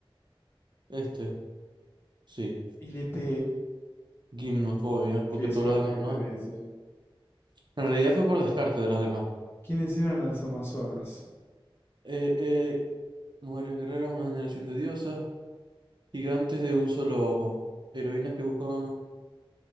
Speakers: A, on the right (about 55°); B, on the left (about 25°).
A: Este, sí.
B: ILP.
A: Gimnofobia, porque
B: Qué
A: todo
B: suerte
A: lo demás
B: que
A: no
B: tenés,
A: es.
B: ¿eh?
A: En realidad fue por descarte de las demás.
B: ¿Quiénes eran las Amazonas?
A: Eh, eh, mujeres guerreras, una generación de diosas, gigantes de un solo ojo, heroínas que buscaban